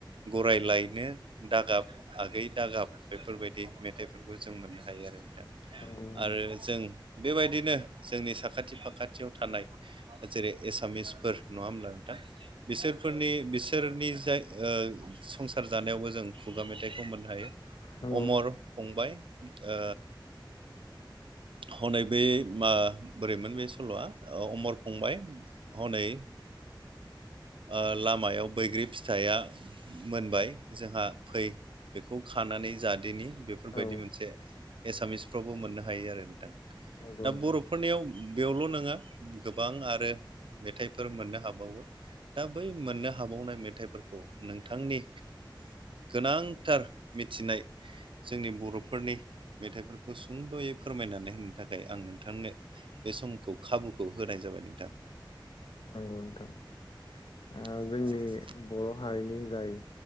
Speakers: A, on the right; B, on the left.
A: गराय लायनो दागाब आगै दागाब बेफोरबायदि मेथाइफोरखौ जों मोननो हायो आरो नोंथां
B: नंगौ नंगौ
A: आरो जों बेबायदिनो जोंनि साखाथि फाखाथियाव थानाय जेरै एसामिसफोर नङा होमब्ला नोंथां बिसोरफोरनि बिसोरनि जाय ओ संसार जानायावबो जों खुगा मेथाइखौ मोननो हायो
B: नंगौ
A: अमर फंबाय ओ हनै बे मा बोरैमोन बे सल'आ अमर फंबाय हनै ओ लामायाव बैग्रि फिथाइया मोनबाय जोंहा फै बेखौ खानानै जादिनि बेफोरबायदि
B: औ
A: मोनसे एसामिसफ्रावबो मोननो हायो आरो नोंथां
B: नंगौ
A: दा
B: नोंथां
A: बर'फोरनियाव बेयावल नङा गोबां आरो मेथाइफोर मोननो हाबावो दा बै मोननो हाबावनाय मेथाइफोरखौ नोंथांनि गोनांथार मिथिनाय जोंनि बर'फोरनि मेथाइफोरखौ सुंद'यै फोरमायनानै होनो थाखाय आं नोंथांनो बे समखौ खाबुखौ होनाय जाबाय नोंथां
B: औ नोंथां ओ
A: <inaudible>
B: जोंनि बर' हारिनि जाय